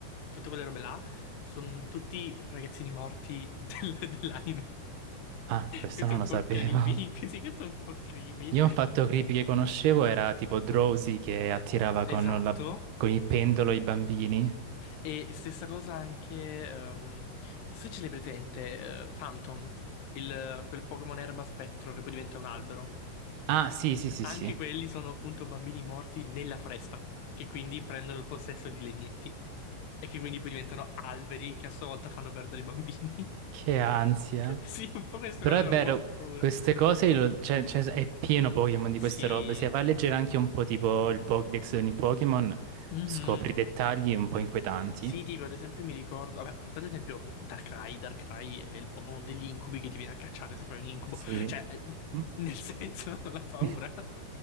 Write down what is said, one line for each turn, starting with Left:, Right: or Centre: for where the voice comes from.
Left: tutte quelle robe là, sono tutti ragazzini morti del- <laughs> dell'anime.
Right: Ah, questo
Left: Questo
Right: non
Left: è un
Right: lo
Left: po'
Right: sapevo.
Left: creepy, <laughs> sì, questo è un po' creepy.
Right: Io un fatto creepy che conoscevo era tipo Drowsy che attirava con,
Left: Esatto.
Right: la- con il pendolo i bambini.
Left: E stessa cosa anche, ehm, non so se ce l'hai presente, eh, Phantom, il- quel Pokémon erba spettro che poi diventa un albero.
Right: Ah, sì, sì, sì,
Left: Anche
Right: sì.
Left: quelli sono appunto bambini morti nella foresta, che quindi prendono il possesso di legnetti e che quindi poi diventano alberi che a sua volta fanno perdere i bambini.
Right: Che ansia.
Left: Sì, un po' queste
Right: Però
Left: cose
Right: è
Left: fanno
Right: vero,
Left: molta paura.
Right: queste cose lo- cioè- cioè, è pieno Pokémon di queste
Left: Sì.
Right: robe. Se vai a leggere anche un po' tipo il Pokédex di ogni Pokémon,
Left: Mhm.
Right: scopri dettagli un po' inquietanti.
Left: Sì, tipo, ad esempio mi ricordo, vabbè, a parte ad esempio Darkrai, Darkrai è il Pokémon degli incubi che ti viene a cacciare se fai un incubo,
Right: Sì.
Left: cioè, eh,
Right: Mm.
Left: nel senso, <laughs> la paura.
Right: <laughs>